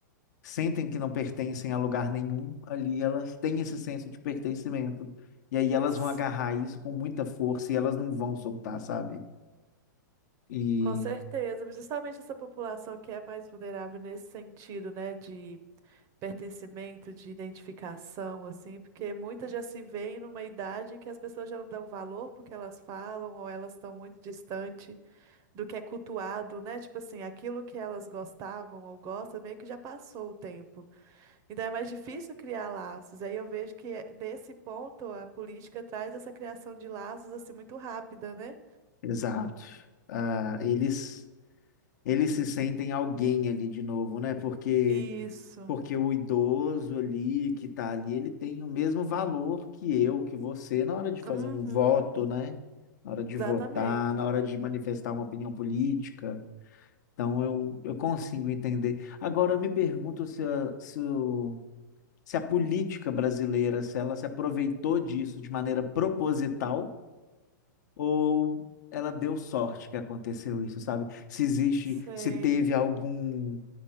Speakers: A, on the left; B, on the right.
A: sentem que não pertencem a lugar nenhum ali, elas têm esse senso de pertencimento. E aí elas
B: S-
A: vão agarrar isso com muita força e elas não vão soltar, sabe? E
B: Com certeza. Justamente essa população que é mais vulnerável nesse sentido, né, de pertencimento, de identificação, assim, porque muitas já se veem numa idade em que as pessoas já não dão valor porque elas falam ou elas estão muito distantes do que é cultuado, né? Tipo assim, aquilo que elas gostavam ou gostam, meio que já passou o tempo. Então é mais difícil criar laços. Aí eu vejo que eh, nesse ponto a política traz essa criação de laços assim muito rápida, né?
A: exato. Ah, eles eles se sentem alguém ali de novo, né? Porque
B: Isso.
A: porque o idoso ali que tá ali, ele tem o mesmo valor que eu, que você na hora de fazer
B: Uhum,
A: um voto, né? Na hora de
B: exatamente.
A: votar, na hora de manifestar uma opinião política. Então eu, eu consigo entender. Agora eu me pergunto se a, se, o- se a política brasileira, se ela se aproveitou disso de maneira proposital ou ela deu sorte que aconteceu isso, sabe? Se existe,
B: Sei.
A: se teve algum